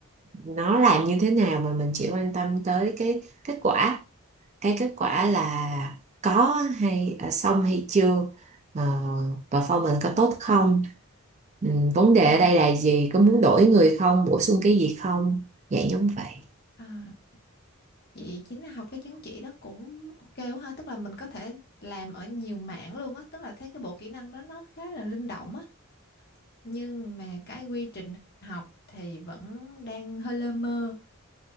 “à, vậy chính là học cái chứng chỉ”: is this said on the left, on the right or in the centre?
Left